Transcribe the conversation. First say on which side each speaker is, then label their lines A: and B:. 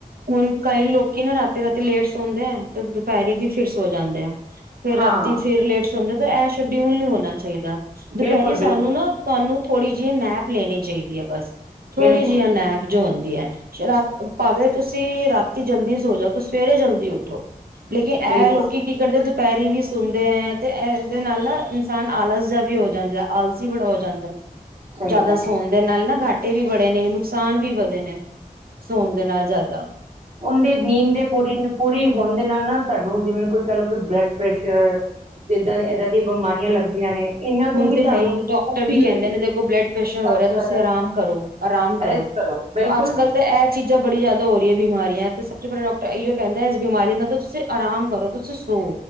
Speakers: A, on the right (about 80°); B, on the right (about 45°).
A: ਹੁਣ ਕਈ ਲੋਕੀ ਨਾ ਰਾਤ ਰਾ ਤੇ ਲੇਟ ਸੌਦੇ ਆ ਤੇ ਦੁਪਹਿਰੀ ਵੀ ਫਿਰ ਸੋ ਜਾਂਦੇ ਆ ਫੇਰ ਰਾਤੀ
B: ਹਾਂ
A: ਫੇਰ ਲੇਟ ਸੁੁੰਦੇ ਐਸ਼ੋ ਡਿਊਲ ਨਹੀਂ ਹੋਣਾ ਚਾਹੀਦਾ ਦੁਪਹਿਰੀ
B: ਬਿਲਕੁਲ ਬਿਲਕੁਲ
A: ਸਾਨੂੰ ਨਾ ਤੁਹਾਨੂੰ ਥੋੜ੍ਹੀ ਜਿਹੀ ਨੈਪ ਲੈਣੀ ਚਾਹੀਦੀ ਹੈ ਬਸ ਥੋੜ੍ਹੀ
B: ਬਿਲਕੁਲ
A: ਜਿਹੀ ਨੈਪਝਉਂਦੀ ਹੈ ਸ਼ਰਾ ਭਾਵੇਂ ਤੁਸੀਂ ਤੇ ਰਾਤੀ ਜਲਦੀ ਸੋ ਜਾਓ ਤੇ ਸਵੇਰੇ ਜਲਦੀ ਉੱਠੋ ਲੇਕਿਨ ਇਹ
B: ਬਿਲਕੁਲ
A: ਲੋਕੀ ਕੀ ਕਰਦੇ ਪੈਰੀ ਵੀ ਸੁਣਦੇ ਹੈ ਤੇ ਇਹਦੇ ਨਾਲ ਨਾ ਇਨਸਾਨ ਆਲਸ ਜਹਾ ਵੀ ਹੋ ਜਾਂਦਾ ਆਲਸੀ ਬੜਾ ਹੋ ਜਾਂਦਾ
B: ਸਹੀ
A: ਜ਼ਿਆਦਾ
B: ਗੱਲ
A: ਸੋਣ
B: ਹੈ
A: ਦੇ ਨਾਲ ਨਾ ਘੱਟ ਏ ਵੀ ਬੜੇ ਨੇ ਨੁਕਸਾਨ ਵੀ ਵਧੇ ਨੇ ਸੋਣ ਦੇ ਨਾਲ ਜ਼ਿਆਦਾ
B: ਉਹ ਦੀ ਨੀਂਦ ਦੇ ਪੂਰੀ ਨੂੰ ਪੂਰੀ ਹੋਣ ਦੇ ਨਾਲ ਨਾ ਤੁਹਾਨੂੰ ਜਿਵੇਂ ਕੋਈ ਕਹਿ ਲਓ ਕਿ ਬਲੱਡ ਪ੍ਰੈਸ਼ਰ ਤੇ ਇੱਦਾਂ ਇਏਦਾਂ ਦੀਆਂ ਬਿਮਾਰੀਆਂ ਲੱਗਦੀਆਂ ਨੇ ਇਹਨਾਂ
A: ਹੁਣ
B: ਤੋਂ ਵੀ
A: ਤੇ
B: ਤੁਹਾਨੂੰ
A: ਹੈ ਹੀ ਡਾਕਟਰ
B: ਮੁਕਤੀ
A: ਵੀ
B: ਹੋਏਗੀ
A: ਕਹਿੰਦੇ ਨੇ ਦੇਖੋ ਬਲੱਡ ਪ੍ਰੈਸ਼ਰ ਹੋ
B: ਸਭ
A: ਰਿਹਾ
B: ਤੋਂ
A: ਤੁਸੀਂ
B: ਪਹਿਲਾਂ
A: ਆਰਾਮ ਕਰੋ ਆਰਾਮ ਕਰੋ
B: ਰੈਸਟ ਬਿਲਕੁਲ
A: ਅੱਜ ਕੱਲ ਤਾਂ ਇਹ ਚੀਜ਼ਾਂ ਬੜੀ ਜ਼ਿਆਦਾ ਹੋ ਰਹੀਆਂ ਬਿਮਾਰੀਆਂ ਤੇ ਸਭ ਤੋਂ ਪਹਿਲਾ ਡਾਕਟਰ ਈ ਕਹਿੰਦਾ ਇਸ ਬਿਮਾਰੀ ਨਾਲ ਤਾਂ ਤੁਸੀਂ ਆਰਾਮ ਕਰੋ ਤੁਸੀਂ ਸੋ